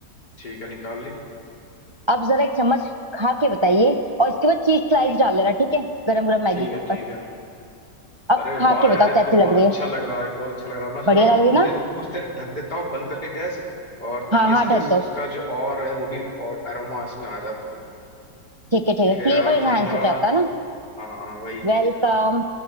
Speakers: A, on the left; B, on the right.
A: ठीक है निकाल ली
B: अब जरा एक चम्मच खा के बताइए और इसके बाद चीज स्लाइस डाल लेना ठीक है गरम गरम मैगी
A: ठीक
B: के
A: है
B: ऊपर
A: ठीक है
B: अब
A: अरे वाह
B: खा के बताओ
A: यार ये
B: कैसी
A: तो बहुत
B: लग रही
A: अच्छा
B: है
A: लग रहा है बहुत अच्छा लग रहा है मैं सोच
B: बढ़िया
A: रहा हूँ कि इसे
B: लग रही
A: कुछ
B: ना
A: देर कुछ देर ढक देता हूँ बंद करके गैस और ताकि
B: हाँ
A: इसके
B: हाँ ढक
A: इसका
B: दो
A: जो और है वो भी और एरोमा इसमें आ जाए फिर
B: ठीक है ठीक
A: ठीक
B: है
A: है यार
B: फ्लेवर इनहेंस
A: धन्यवाद
B: हो जाता है ना
A: हाँ हाँ वही
B: वेलकम
A: चीज